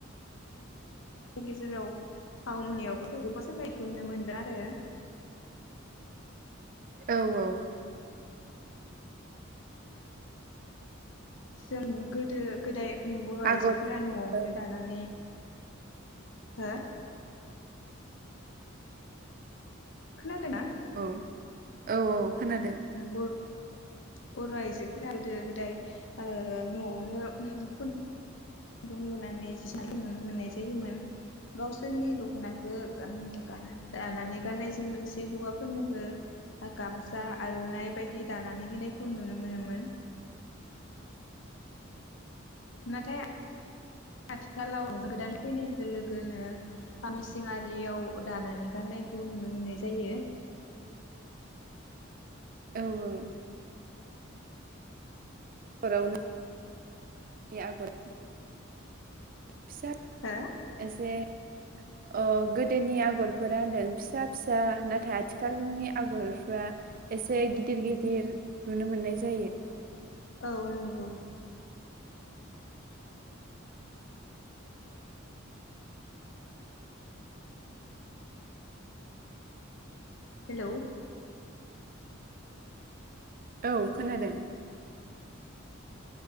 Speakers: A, on the left; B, on the right.
A: गेजेराव ह मोनायावबोखौबा सोलायखौ नुनो मोनदों आरो।
B: औ औ।
A: जों गोदो गोदाय बर' आइजोफोरा
B: आगर
A: न'आवनो
B: औ
A: दानानै हो खोनादोंना
B: औ औ औ खोनादों
A: बर बर' आइजोफोरा गोदो गोदाय न'आवनो खुनदुं लुनानै जिखौ नुनो मोननाय जायोमोन गावसोरनि दख'नाखौ दानानै गाननायजों लोगोसे हौवाफोरनोबो गामसा आर'नाइ बायदि दानानै होनायखौ नुनो मोनोमोन नाथाय आथिखालाव गोदान फैनाय लोगो लोगोनो गामिआरियाव दानानै गाननायखौ नुनो मोननाय जायो
B: औ औ हरावनो बे आगर फिसा
A: हो
B: एसे अ गोदोनि आगरफोरा होनदों फिसा फिसा नाथाय आथिखालनि आगरफ्रा एसे गिदिर गिदिर नुनो मोननाय जायो
A: औ नंगौ हेल'
B: औ खोनादों